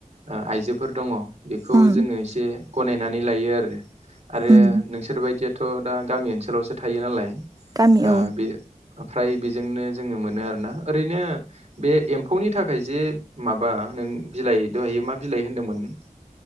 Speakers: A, on the right; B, on the right.
A: ओ आइजोफोर दङ बेखौ
B: उम
A: जोङो एसे गनायनानै लायो आरो आरो
B: उम
A: नोंसोर बायदियाथ' दा गामि ओनसोलावसो थायो नालाय आ
B: गामि औ
A: बे ओमफ्राय बेजोंनो जोङो मोनो आरोना ओरैनो बे एम्फौनि थाखाय जे माबा नों बिलाइ दहायो मा बिलाइ होनदोंमोन?